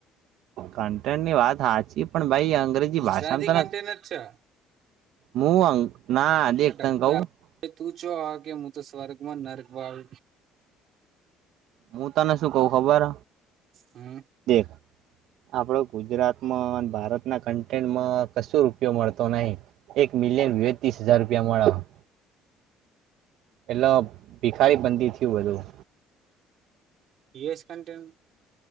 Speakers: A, on the right (about 65°); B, on the right (about 50°).
A: કન્ટેન્ટ ની વાત સાાચી પણ ભાઈ અંગ્રેજી
B: ગુજરાતી
A: ભાષામાં તને
B: કન્ટેન જ છે
A: મુું અંગ ના દેખ
B: હ ડબુડા
A: તને કહું
B: તું ચો કે હું તો સ્વર્ગમાં નરક વાળ
A: હું તને શું કવુ ખબર
B: હમ
A: દેખ આપણો ગુજરાતમાં ને ભારતના કન્ટેન્ટમાં કશું ઉપયોગ મળતો નહી એક મિલિયન વે ત્રીસ હજાર રૂપિયા મળ્યા એટલે ભિખારી પંતી થયું એવું
B: યુએસ કન્ટેન્ટ